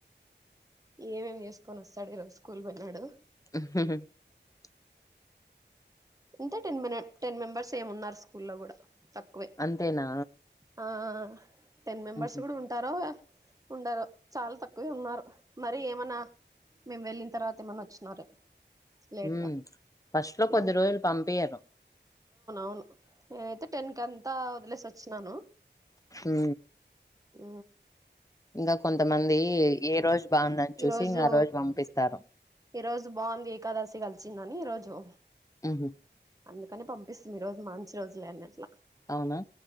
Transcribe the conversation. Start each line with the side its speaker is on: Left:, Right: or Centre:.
Right: ఏమేం చేసుకొని వస్తాడు ఈ రోజు స్కూల్ పోయినాడు
Left: <inaudible>
Right: ఉంటే టెన్ మినిట్ టెన్ మెంబర్స్ ఏమో ఉన్నారు స్కూల్ లో కూడా తక్కువే
Left: అంతేనా
Right: ఆ టెన్ మెంబర్స్
Left: హుహు.
Right: కూడా ఉంటారో ఉండరో చాలా తక్కువే ఉన్నారు మరి ఏమన్నా మేము వెళ్ళిన తర్వాత ఏమన్నా వచ్చినారే లేట్గా
Left: ఉ ఫస్ట్ లో
Right: నేను
Left: కొద్ది రోజులు పంపియ్యరు
Right: అవును నేనైతే టెన్ కంతా వదిలేసి వచ్చినాను
Left: ఊ
Right: ఊ
Left: ఇంకా కొంతమంది ఏ రోజు బాగుందని చూసి
Right: ఈరోజు
Left: ఇంగ ఆ రోజు పంపిస్తారు
Right: ఈరోజు బాగుంది ఏకాదశి కలిసిందని ఈరోజు
Left: ఉహు
Right: అందుకని పంపిస్తామి ఈ రోజు మంచి రోజులే అన్నట్లా
Left: అవునా